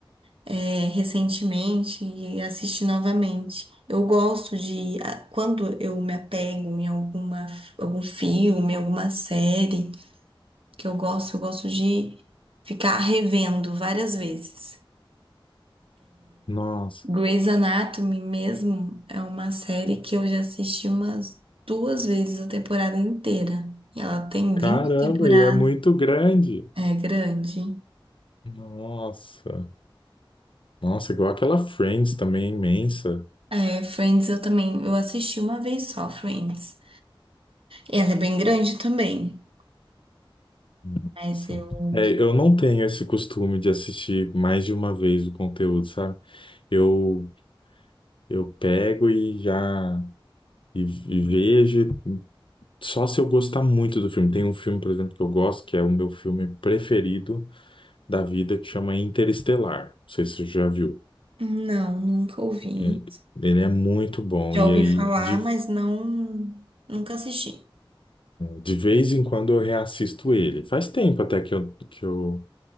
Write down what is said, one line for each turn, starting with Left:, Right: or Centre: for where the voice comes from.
Right: eh, recentemente e assisti novamente. Eu gosto de, ah, quando eu me apego em alguma, algum filme, alguma série que eu gosto, eu gosto de ficar revendo várias vezes.
Left: Nossa,
Right: Grey's Anatomy mesmo é uma série que eu já assisti umas duas vezes a temporada inteira. E Ela tem
Left: caramba,
Right: 20 temporadas.
Left: e é muito grande.
Right: É grande.
Left: Nossa, nossa, igual aquela Friends também é imensa.
Right: É, Friends eu também, eu assisti uma vez só, Friends. Ela é bem grande também,
Left: Nossa.
Right: mas eu
Left: É, eu não tenho esse costume de assistir mais de uma vez o conteúdo, sabe? Eu eu pego e já e, e vejo só se eu gostar muito do filme. Tem um filme, por exemplo, que eu gosto, que é o meu filme preferido. da vida que chama Interestelar. Não sei se você já viu.
Right: não, nunca ouvi.
Left: É, Ele é muito bom
Right: Já
Left: e
Right: ouvi
Left: aí
Right: falar,
Left: de,
Right: mas não, nunca assisti.
Left: de vez em quando eu reassisto ele. Faz tempo até que eu, que eu,